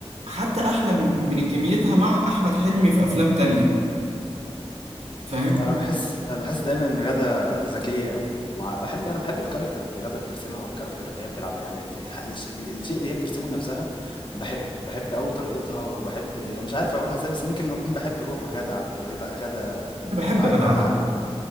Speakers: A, on the right (about 85°); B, on the left (about 50°).
A: حتى أحلى من من كميتها مع أحمد حلمي في أفلام تانية فاهم
B: انا باحس انا باحس دايما ان غادة ذكية قوي ومع بحب انا بحب الكاركتر اللي غادة بترسمها والكاركتر اللي هي بتلعبها يعني ال... ال... الش- ال... الشيء اللي هي بترسمه لنفسها بحبه بحب قوي طريقتها وبحب يعني مش عارف اقولها ازاي بس يمكن اكون بحب روح غادة عب- غادة غادة آه،
A: انا بحب
B: ع-
A: غادة
B: غادة
A: عادل
B: عادل